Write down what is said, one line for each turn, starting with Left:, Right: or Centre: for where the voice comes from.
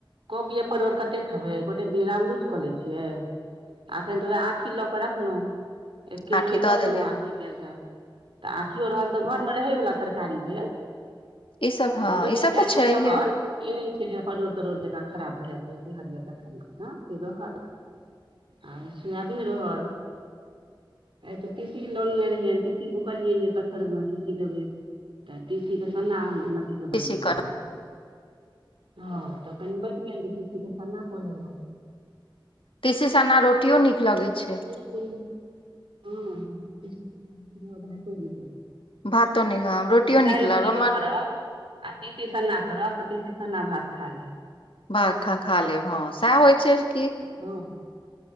Right: कोबिये, परोर कते खेबै गोटे दिन रामरुच कऽ लै छियै। आ अखन तऽ वैह आँठी लऽ कऽ रखलौं। एक किलोये
Left: आठी
Right: लऽ
Left: दऽ
Right: लेलौं
Left: देलियै
Right: आठी भेल तऽ तऽ आठियो रहल तऽ घरमे रहै वला तरकारी भेल।
Left: ई सब हँ
Right: दू दिन
Left: ई सब
Right: चाइर
Left: तऽ
Right: दिन
Left: छैहे
Right: रहल। इ नय छै जे परोल-तरोड़ जेना खराब हो जैत तुरते हरियर तरकारी जकाँ से रहल। आ सुयाबीन रहल। आय तऽ ति सी लानने रहिये ति सी बुकलियै जे कटहर मे ति सी देबै। तऽ ति सी के सन्नाह हमर ननकी के
Left: कृषि
Right: बड्ड नीक लगै छै। हाँ तऽ कनि बचि गेल तऽ टी सी के सान्ना क लेलौं।
Left: ति सी सन्ना रोटियो नीक लगै छै।
Right: हूंँ हाँ ति सी सन्ना रोटियो आ भातो मे।
Left: भातो नीक रोटियो
Right: तऽ दालि
Left: नीक
Right: बनेबो
Left: लग हमर
Right: आ ति सी सन्ना भात करब तऽ ती सी सन्ना भात खा लेब।
Left: भ खा खा लेब हँ सएह होइ छै कि
Right: हँ